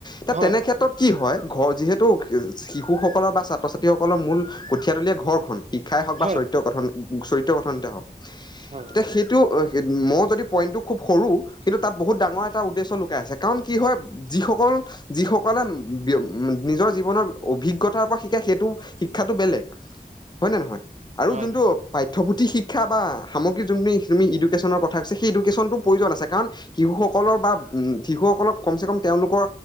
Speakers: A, on the left; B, on the right.
A: ত,
B: হয়
A: তেনেক্ষেত ত', কি হয় ঘৰ যিহেতু শিশুসকলৰ বা ছাত্ৰ-ছাত্ৰীসকলৰ মূল কঠিয়াতলীএ ঘৰখন। শিক্ষাই হওক বা
B: হয়
A: চৰিত্ৰ গঠন চৰিত্ৰ, গঠনতে হওক।
B: হয়
A: এতিয়া সেইটো মই যদি পইণ্টটো খুব সৰু, কিন্তু তাত বহুত ডাঙৰ এটা উদ্দেশ্য লুকাই আছে কাৰণ কি হয় যিসকল যিসকলে ব্য নিজৰ জীৱনৰ অভিজ্ঞতাৰ পৰা শিকায় সেইটো শিক্ষাটো বেলেগ। হয় নে নহয়? আৰু
B: হয় হয়
A: যোনটো পাঠ্যপুথি শিক্ষা বা সামগ্ৰিক তুমি, তুমি এডুকেশ্যনৰ কথা কৈছে সেই ইডুকেশ্যনটো প্ৰয়োজন আছে কাৰণ শিশুসকলৰ বা উমঁ' শিশুসকলক কমচে কম তেওঁলোকৰ